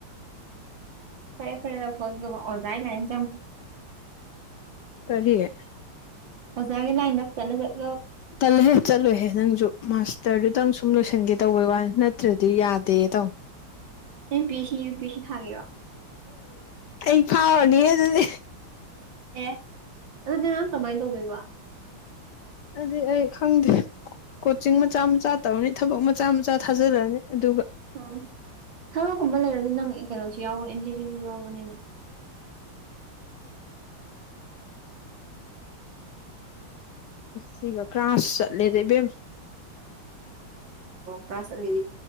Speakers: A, on the right; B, on the left.
A: ꯐꯔꯦ ꯐꯔꯦ ꯂ ꯐ ꯑꯣꯒꯥꯏ ꯀ ꯏꯟ ꯆ
B: ꯀꯔꯤꯦ
A: ꯍꯒꯤ ꯂ ꯏꯟ ꯆ
B: ꯆꯜꯂꯍꯦ ꯆꯠꯂꯣꯏꯍꯦ ꯅꯪꯁꯨ ꯃꯥꯁꯇꯔꯗꯨꯗꯪ ꯁꯨꯝ ꯂꯣꯏꯁꯤꯟꯒꯦ ꯇꯧꯋꯦ ꯋꯥ ꯅꯠꯇ꯭ꯔꯗꯤ ꯌꯥꯗꯦ ꯇꯧ
A: M P S C U P S C ꯊꯥꯒꯦꯔꯣ
B: ꯑꯩ ꯐꯥꯎꯔꯅꯤ ꯑꯗꯨꯗꯤ
A: ꯑꯦ ꯑꯗꯨꯅꯦ ꯅꯍꯥꯟ ꯀꯃꯥꯏꯅ ꯇꯧꯅꯕ
B: ꯑꯗꯨꯗꯤ ꯑꯩ ꯈꯪꯗꯦ ꯀꯣꯆꯤꯡ ꯃꯆꯥ ꯃꯆꯥ ꯇꯧꯔꯅꯤ ꯊꯕꯛ ꯃꯆꯥ ꯃꯆꯥ ꯊꯥꯖꯜꯂꯛꯑꯅꯤ ꯑꯗꯨꯒ
A: ꯎꯝ ꯊꯕꯛꯀꯨꯝꯕ ꯂꯩꯔꯃꯤ ꯅꯪ ꯀꯩꯅꯣꯁꯨ ꯌꯥꯎꯕꯅꯤ ꯑꯦꯟꯇꯖꯤꯁꯨ ꯌꯥꯎꯕꯅꯤꯅ
B: <unintelligible> <inaudible> ꯁꯤꯒ ꯀ꯭ꯔꯥꯁ ꯆꯠꯂꯦꯗ ꯏꯕꯦꯝ
A: ꯀꯥꯁ ꯂꯩ